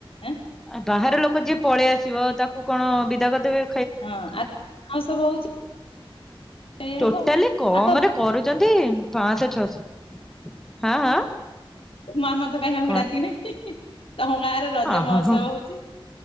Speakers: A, on the left; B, in the centre.
A: ହେଁ
B: ଆ, ବାହାର ଲୋକ ଯିଏ ପଳେଇ ଆସିବ ତାକୁ କଣ ବିଦା କରି ଦେବେ।
A: ହଁ, ଆଉ ଆଉ ସବୁ ହଉଛି ସେଇଆ ହବ
B: ଟୋଟାଲି କମ
A: ଆଉ ତ
B: ରେ କରୁଛନ୍ତି, ପାଞ୍ଚଶହ ଛଅଶହ ହାଁ, ହାଁ?
A: ମାମା ତ କାହିଁ ଆମକୁ
B: କଣ?
A: ଡାକିନି ତମ ଗାଁରେ ରଜ
B: ଅ ହଁ
A: ମହୋତ୍ସବ
B: ହଁ
A: ହଉଛି।